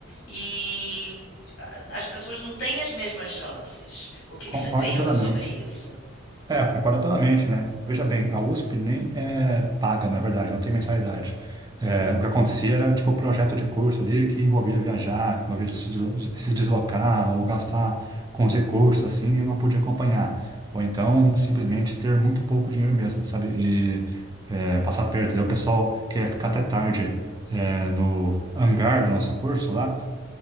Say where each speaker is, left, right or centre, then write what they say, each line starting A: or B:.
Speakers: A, on the left; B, on the right.
A: e as pessoas não têm as mesmas chances. O que,
B: Concordo
A: que você pensa
B: plenamente.
A: sobre isso?
B: É, concordo plenamente, né? Veja bem, a USP nem é paga, na verdade, não tem mensalidade. É, o que acontecia era, tipo, projeto de curso ali que envolvia viajar, que envolvia se des- se deslocar ou gastar com os recursos, assim, e eu não podia acompanhar. Ou então, simplesmente ter muito pouco dinheiro mesmo, sabe? E é, passar perto. Daí o pessoal quer ficar até tarde é, no hangar do nosso curso lá,